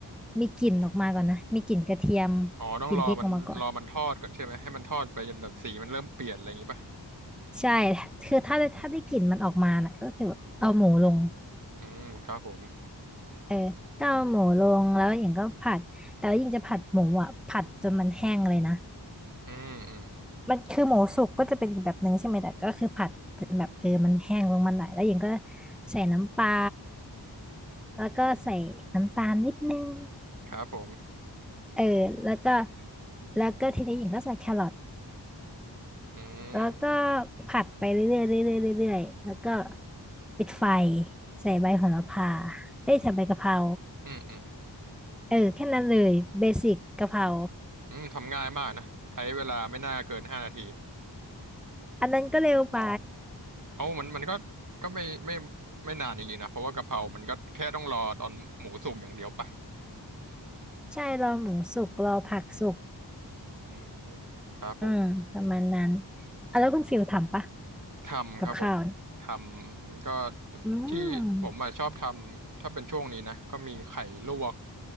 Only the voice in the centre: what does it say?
มีกลิ่นออกมาก่อนนะมีกลิ่นกระเทียม
กลิ่นพริกออกมาก่อน ใช่คือถ้าถ้าได้กลิ่นมันออกมาน่ะก็คือแบบเอาหมูลง
เออก็เอาหมูลงแล้วหญิงก็ผัดแต่ว่าหญิงจะผัดหมูอ่ะผัดจนมันแห้งเลยนะ
มันคือหมูสุกก็จะเป็นอีกแบบหนึ่งใช่ไหมแต่ก็คือผัดจนแบบเออมันแห้งลงมาหน่อยแล้วหญิงก็ใส่น้ำปลาแล้วก็ใส่น้ำตาลนิดนึง
เออแล้วก็แล้วก็ทีนี้หญิงก็ใส่แครอท
แล้วก็ผัดไปเรื่อยๆเรื่อยๆเรื่อยๆแล้วก็ปิดไฟใส่ใบโหระพาเอ้ยใส่ใบกะเพรา
เออแค่นั้นเลยเบสิกกะเพรา
อันนั้นก็เร็วไป
ใช่รอหมูสุกรอผักสุก
อืมประมาณนั้นอ่ะแล้วคุณฟิลทำปะ
กับข้าวเนี่ยอืม